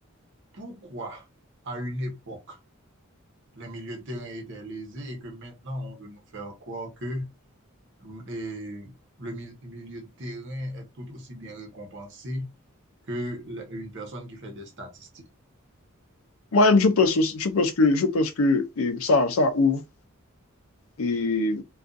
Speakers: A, on the right (about 60°); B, on the left (about 70°).
A: pourquoi, à une époque, les milieux de terrain étaient lésés et que maintenant, on veut nous faire croire que les- le mi- milieu de terrain est tout aussi bien récompensé que la- une personne qui fait des statistiques.
B: Moi-même, je pense, aussi- je pense que, je pense que et ça, ça ouvre. et